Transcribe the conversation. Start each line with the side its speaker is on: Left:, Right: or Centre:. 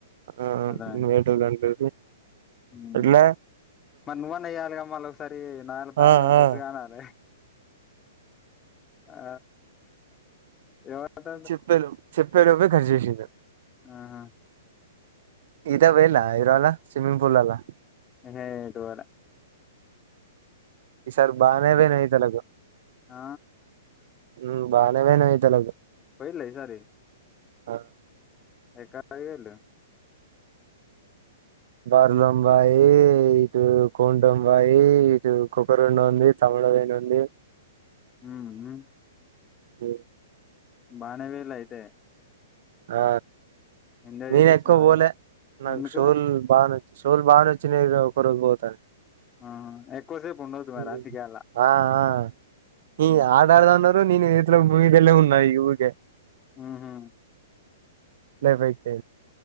Right: ఆ ఆ
Left: అర్థమైంది.
Right: వేటు దంసి
Left: హ్మ్.
Right: ఇట్ల
Left: మరి నువ్వని వెయ్యాలిగా మళ్ళ ఒకసారి నదాంట్లో బ్యాలెన్స్
Right: ఆ
Left: లో తెలుసు
Right: ఆ
Left: కానాలి ఆ ఎవరిత
Right: చెప్పేలోపు చెప్పేలోపే ఖర్చు చేసిండు
Left: ఆహా
Right: ఈతకు పోయిల్లా ఇరోల స్విమ్మింగ్ పూల్ అలా
Left: హే దోర
Right: ఈ సార్ బానేవోయినాయి తెలగు
Left: ఆ!
Right: ఉ బానేవే నతేలకు
Left: పోయిల్ల ఈసారి
Right: ఆ
Left: ఎక్కా పోయిండు
Right: బరదంబాయి ఇటు కోండంబాయి ఇటు కొబ్బరి బొండం ఉంది తమ ఎదైనుంది
Left: ఉహు
Right: అ
Left: బానేవేల అయితే
Right: ఆ
Left: ఎంజాయ్
Right: నేన
Left: చేసొచ్చినావా?
Right: ఎక్కువ పోలే నాకు
Left: ఎందుకు?
Right: షూల్ బాగా నచ్ షోలు బాగా నచ్చినయి ఒకరు పోతాను
Left: ఆహా! ఎక్కువసేపు ఉండొద్దు మరి
Right: ఉ
Left: అందుకే అలా.
Right: ఆ ఆ ఉ
Left: హ్మ్.
Right: ఆట ఆడదాం అన్నారు నేనే ఎట్లో ఉన్నాయి ఊరికే
Left: ఆహా
Right: లే భయితే